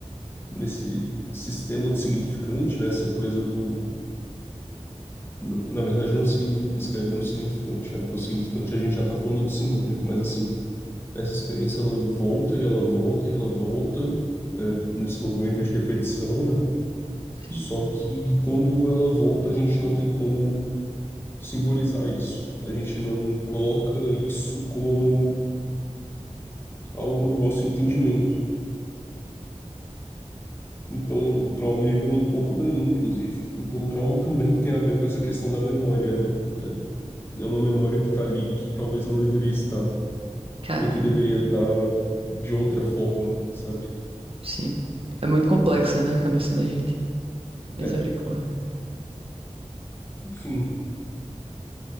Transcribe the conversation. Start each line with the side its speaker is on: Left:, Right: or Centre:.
Left: nesse sistema de significante, né? Essa coisa do. Na na verdade, não se escreve no significante, né? Porque o significante a gente já está falando do simbólico, mas assim, essa experiência ela volta e ela volta e ela volta é, nesse movimento de repetição, né?
Right: sim.
Left: Só que quando ela volta, a gente não tem como simbolizar isso. A gente não coloca isso como algo no nosso entendimento. Então, o trauma ele vem um pouco daí, inclusive. Então, o trauma também tem a ver com essa questão da memória, né? É é uma memória que tá ali que talvez não deveria estar,
Right: Caramba,
Left: ou que deveria estar de outra forma, sabe?
Right: sim. É muito complexa, né, a cabeça da gente. Misericórdia.
Left: É, enfim.